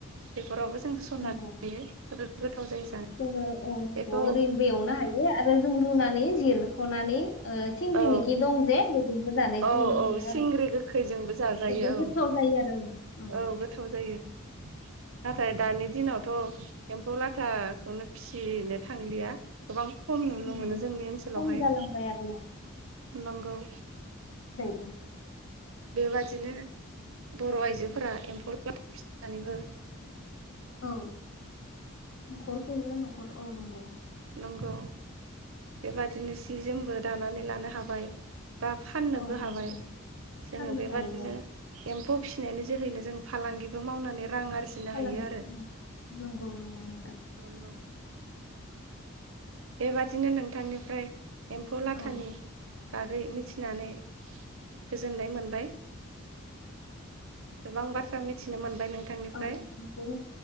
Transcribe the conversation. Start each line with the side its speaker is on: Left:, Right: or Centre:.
Right: बेफोरावबो जों होसनना
Left: नंगौ
Right: जायो जोबोद गोथाव जायो जानो
Left: जोङो औ नंगौ
Right: बेखौ
Left: ओरैनोबो एवनो हायो आरो जों रुनानै जिरख'नानै ओ सिंग्रि
Right: औ
Left: मेखि दं जे बेजोंबो जानायखौ
Right: औ
Left: नुनो
Right: औ
Left: मोनो
Right: सिंग्रि
Left: आरो
Right: गोखैजोंबो जाजायो
Left: बेजों
Right: औ
Left: गोथाव जायो आरो नंगौ।
Right: औ गोथाव जायो नाथाय दानि दिनावथ' एम्फौ लाथाखौनो फिसिनो थांलिया गोबां खम नुनो
Left: नंगौ
Right: मोनो जोंनि ओनसोलावहाय
Left: खम जालांबाय आरो
Right: नंगौ
Left: दे
Right: बेबादिनो बर' आइजोफोरा एम्फौ फिसिनानैबो
Left: औ न'खरखौनो न'खर औ नंगौ
Right: नंगौ बेबादिनो सि जोमबो दानानै लानो हाबाय बा फाननोबो
Left: औ
Right: हाबाय
Left: नंगौ
Right: जोङो
Left: फाननोबो
Right: बेबादिनो
Left: हायो औ
Right: एम्फौ फिसिनायनि जोहैनो जों फालांगिबो मावनानै रां आरजिनो
Left: फालांगि
Right: हायो आरो
Left: नंगौ-नंगौ नोंथां
Right: नंगौ बेबादिनो नोंथांनिफ्राय एम्फौ लाथानि
Left: औ
Right: बागै मिथिनानै गोजोननाय मोनबाय गोबां बाथ्रा मिथिनो मोनबाय नोंथांनिफ्राय
Left: औ नंगौ